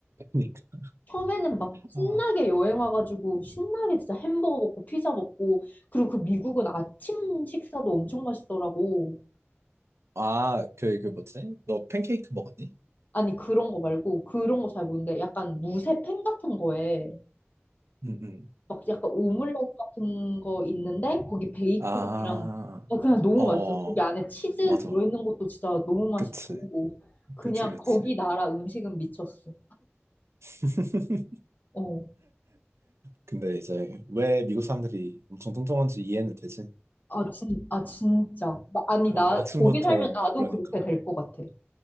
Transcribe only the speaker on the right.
그니까.
아,
아, 그, 그 뭐지? 너 팬케이크 먹었니?
응, 응.
아,
어어,
맞아.
그치,
그치, 그치.
<laughs>
근데 이제 왜 미국 사람들이 엄청 뚱뚱한지 이해는 되지?
어,
아침부터
그러니까.